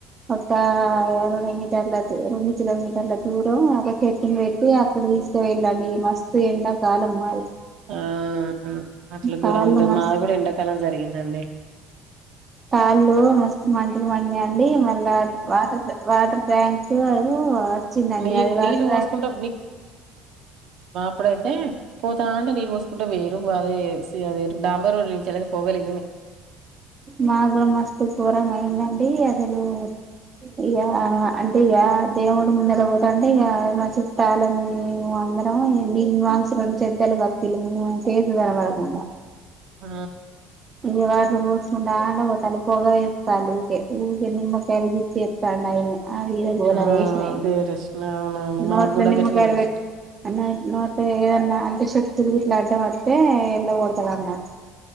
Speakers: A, on the right; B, on the right.
A: ఒక రెండు మీటర్ల రెండు కిలోమీటర్ల దూరం ఒక చెట్టుని పెట్టి అక్కడ తీసుక వెళ్ళండి మస్తు ఎండ. కాలం మారి
B: అవును ఆ అట్లా
A: కాళ్ళు
B: గురమంటే
A: మస్తు
B: మాది కూడా ఎండాకాలం జరిగిందండి.
A: కాళ్లు మస్తు మంటలు మండినయ్ వుండీ మళ్ళా క్ వాటర్క్ వాటర్ ట్యాం కు ఉ వచ్చిందండి.
B: నీళ్
A: అది వాటర్
B: నీళ్ళు పోసుకుంటూ
A: ట్యాం
B: ఇప్పుడైతే పోతా అంటే నీరు పోసుకుంటే వేయిరు వాళ్లే సే అదేటి డాంబర్ రోడ్డు నుంచి అలాగే పొగలే
A: మాగుడ మస్త్ పోర్ తెలంగాణ ఏందండి. అసలు ఇగ అంటే ఇగ దేవుడు ముందెద పోతా అంటే, ఇగ మచ్చస్తాలని మేము అందరం నీ మాసర చెద్దలు కప్పిర్లు, మేము చేసదాన పడకుండా
B: ఆ
A: ఇయ వాటర్ పోసుకుంట ఆండ పోతాళ్ళు పొగ వేత్తాండు, ఊకే ఊకే నిమ్మకాయలుదిత్తే త్తాండు అయనే ఆ ఇదిగదిగోలా
B: ఆ
A: వేష్నయి
B: అదే ప్రశ్న అవునవును మాకు
A: నోట్ల
B: కూడా
A: నిమ్మకాయల్
B: గట్లనే చేసిర్రు
A: వెట్ అన్న నోట్ ఏదన్నా అంత సెక్ తెల్లుగిట్ల అడ్డమత్తే ఎల్లగొడతానన్నడ్